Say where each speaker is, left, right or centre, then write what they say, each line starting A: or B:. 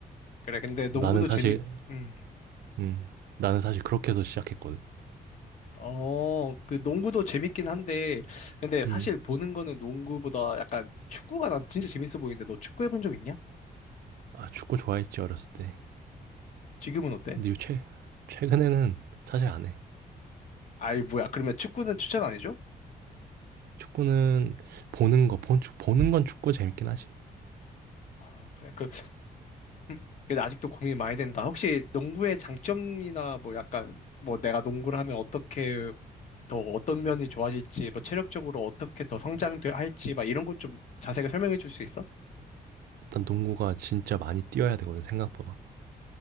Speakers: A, on the left (about 45°); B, on the right (about 70°).
A: 그래, 근데 농구도
B: 나는 사실
A: 재밌, 음.
B: 음 나는 사실 그렇게 해서 시작했거든.
A: 어, 그 농구도 재밌긴 한데, 근데
B: 음.
A: 사실 보는 거는 농구보다 약간 축구가 난 진짜 재밌어 보이는데, 너 축구 해본 적 있냐?
B: 아, 축구 좋아했지, 어렸을 때.
A: 지금은 어때?
B: 근데 요 최 최근에는 사실 안 해.
A: 아이, 뭐야. 그러면 축구는 추천 안 해줘?
B: 축구는 보는 거 본 축 보는 건 축구 재밌긴 하지.
A: 아, 그래. 그, 음, 근데 아직도 고민이 많이 된다. 혹시 농구의 장점이나 뭐 약간, 뭐 내가 농구를 하면 어떻게 더 어떤 면이 좋아질지, 뭐 체력적으로 어떻게 더 성장할지, 막 이런 것 좀 자세하게 설명해 줄 수 있어?
B: 일단 농구가 진짜 많이 뛰어야 되거든 생각보다.